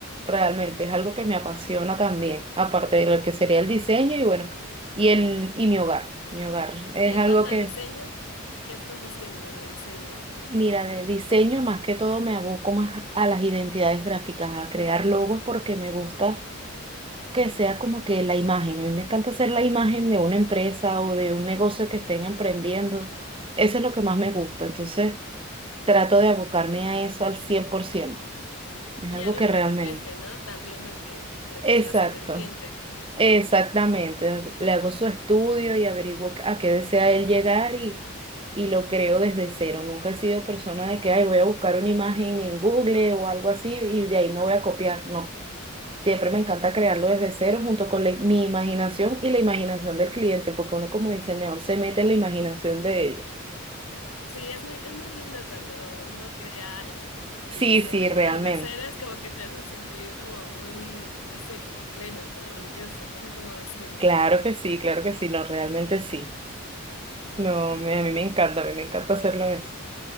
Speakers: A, on the right; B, on the left.
A: realmente. Es algo que me apasiona también, aparte de lo que sería el diseño y bueno, y el, y mi hogar. Mi hogar es
B: Y en
A: algo
B: cuanto
A: que,
B: al diseño, ¿qué estás haciendo de diseño?
A: mira, de diseño más que todo me aboco más a las identidades gráficas, a crear logos porque me gusta que sea como que la imagen. A mí me encanta hacer la imagen de una empresa o de un negocio que estén emprendiendo. Eso es lo que más me gusta. Entonces, trato de abocarme a eso al cien por ciento Es algo
B: Y algo
A: que realmente.
B: que refleje, ¿no? También lo que, lo
A: Exacto,
B: que está haciendo el cliente.
A: exactamente. Le hago su estudio y averiguo a qué desea él llegar y, y lo creo desde cero. Nunca he sido persona de que, ay, voy a buscar una imagen en Google o algo así y de ahí me voy a copiar. No. Siempre me encanta crearlo desde cero junto con la- mi imaginación y la imaginación del cliente, porque uno como diseñador se mete en la imaginación de ellos.
B: Sí, es muy, es muy lindo cuando uno crea algo. Y
A: Sí,
B: sobre
A: sí,
B: todo
A: realmente.
B: desde cero es como que te hace sentir como muy, no sé, como pleno, como orgulloso, no sé cómo decirlo.
A: Claro que sí, claro que sí, no, realmente sí. No, me- a mí me encanta, a mí me encanta hacerlo eso.